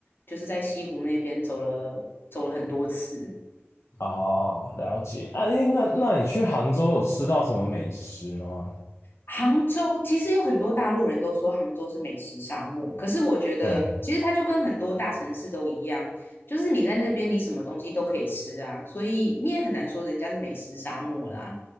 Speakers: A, on the left (about 50°); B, on the left (about 75°).
A: 就是在西湖那边走了走了很多次，
B: 哦，了解。啊，诶那那你去杭州有吃到什么美食吗？
A: 杭州其实有很多大陆人都说杭州是美食沙漠，可是我觉得其实它就跟很多大城市都一样，
B: 对，
A: 就是你在那边你什么东西都可以吃啊，所以你也很难说人家是美食沙漠啦。